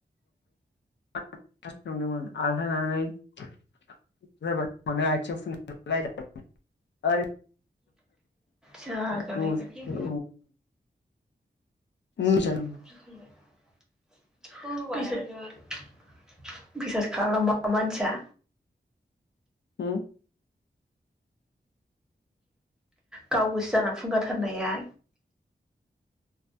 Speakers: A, on the left; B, in the centre.
A: संदोंमोन आलथा लानानै जाबाय <unintelligible> आरो
B: जाग्रालायगोन
A: गुसु मोजां
B: <unintelligible> बिसास खालामा मानसिया
A: उ
B: गाव गोसो जाना फुंगाथारनाया